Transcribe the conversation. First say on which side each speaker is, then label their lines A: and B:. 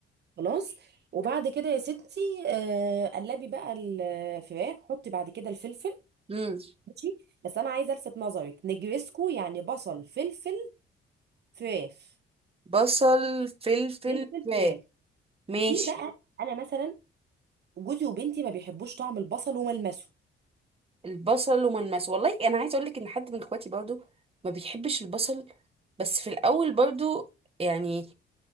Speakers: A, on the right; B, on the right.
A: خلاص وبعد كده يا ستي آه، قلبي بقى الفراخ حطي بعد كده الفلفل
B: امم
A: ماشي بس انا عايزه الفت نظرك نجرسكو يعني بصل فلفل فراخ
B: بصل فلفل فلفل
A: فلفل فراخ
B: ماشي
A: في بقى انا مثلا جوزي وبنتي ما بيحبوش طعم البصل وملمسه
B: البصل وملمس والله انا عايزه اقول لك ان حد من اخواتي برضو ما بيحبش البصل بس في الاول برضو يعني